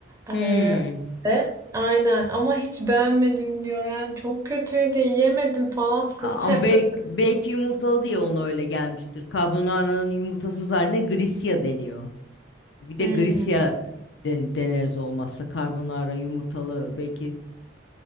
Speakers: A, on the right; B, on the left.
A: Ee,
B: Hmm.
A: de aynen ama hiç beğenmedim diyor. Yani çok kötüydü, yiyemedim falan <laughs> kızacaktım.
B: Ama belki, belki yumurtalı diye ona öyle gelmiştir. Carbonara'nın yumurtasız haline grisya deniyor. Bir
A: Hmm.
B: de grisya den- deneriz olmazsa. Carbonara yumurtalı belki